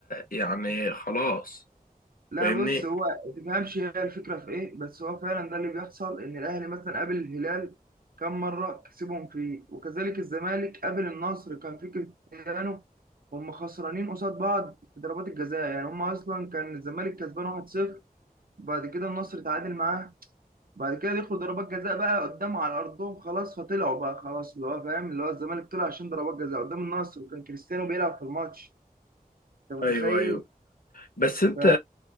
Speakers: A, on the left; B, on the right.
A: يعني خلاص
B: لا
A: فاهمني
B: بص هو ما تفهمش هي الفكره في ايه بس هو فعلا ده اللي بيحصل ان الاهلي مثلا قابل الهلال كم مره كسبهم فيه وكذلك الزمالك قابل النصر كان في كريستيانو هم خسرانين قصاد بعض في ضربات الجزاء يعني هم اصلا كان الزمالك كسبان 1-0 بعد كده النصر تعادل معاه بعد كده دخلوا ضربات جزاء بقى قدام على ارضهم خلاص فطلعوا بقى خلاص اللي هو فاهم اللي هو الزمالك طلع عشان ضربات جزاء قدام النصر وكان كريستيانو بيلعب في الماتش انت متخيل
A: ايوه ايوه بس انت
B: ف